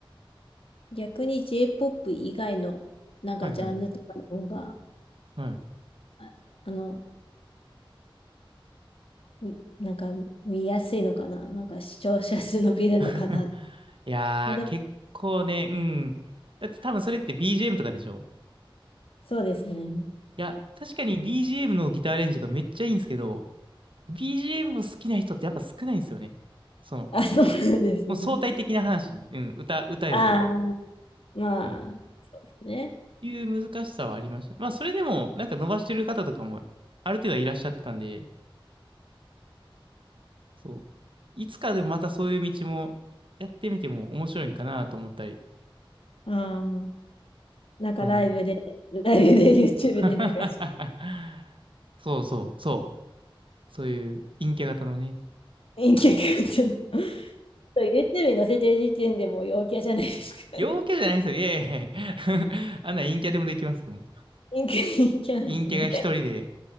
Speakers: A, on the left; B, on the right.
A: 逆に J-POP 以外のなんかジャンルとかの方が、
B: はいはい。はい。
A: ああの、みなんか見やすいのかな。なんか視聴者数伸びるのかな。
B: <laughs> いやー、
A: もうでも、
B: 結構ね、うん。だって多分それって BGM とかでしょ
A: そうですね。
B: いや、確かに BGM のギターアレンジがめっちゃいいんですけど、BGM も好きな人ってやっぱ少ないんですよね。その、
A: <laughs> あ、そうなんですね。
B: もう相対的な話、うん、歌、歌よりも。
A: ああ、まあ、
B: そう
A: ね。
B: いう難しさはありました。まあ、それでも、なんか伸ばしてる方とかも、ある程度はいらっしゃってたんで、そう。いつかでもまたそういう道も、やってみても面白いんかなと思ったり。
A: ああ、なんかライブで、
B: はい。
A: ライブで YouTube
B: <laughs>
A: でなんか、
B: そうそう、そう。そういう陰キャ型のね。
A: インキャっての。そう YouTube に載せてる時点でもう陽キャじゃないですか。
B: 陽キャじゃないですよ。いやいやいや <laughs> あんな陰キャでもできますよ。もう
A: インキャ、陰キャなんですね。
B: 陰キャが一人で